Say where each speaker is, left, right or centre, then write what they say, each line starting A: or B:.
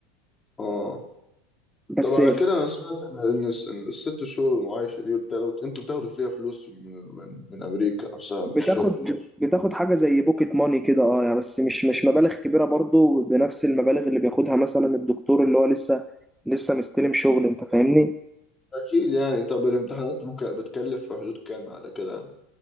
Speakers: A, on the left; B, in the centre.
A: اه
B: بس
A: طب على كده انا سمعت ان إن الس- إن الست شهور المعايشه دي بتاخدوا انتوا بتاخدوا فيها فلوس من من من امريكا نفسها
B: بتاخد
A: من الشغل نفسه
B: بتاخد حاجه زي بوكيت ماني كده اه يعني بس مش مش مبالغ كبيره برضو بنفس المبالغ اللي بياخدها مثلا الدكتور اللي هو لسه لسه مستلم شغل انت فاهمني
A: اكيد يعني طب الامتحانات ممكن بتكلف في حدود كام على كده